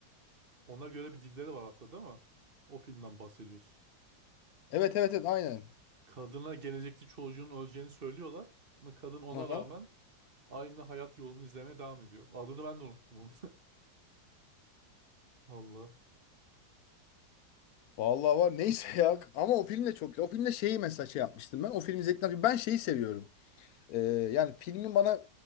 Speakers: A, on the right (about 30°); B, on the left (about 65°).
A: Ona göre bir dilleri var hatta değil mi? O filmden bahsediyorsun.
B: Evet evet evet aynen.
A: Kadına gelecekte çocuğun öleceğini söylüyorlar ama kadın ona
B: Aha.
A: rağmen aynı hayat yolunu izlemeye devam ediyor. Adını ben de unuttum onu. <laughs> Allah.
B: Vallahi var neyse ya ama o film de çok güzel. O filmde şeyi mesela şey yapmıştım ben. O film izledikten ben şeyi seviyorum. Ee, yani filmin bana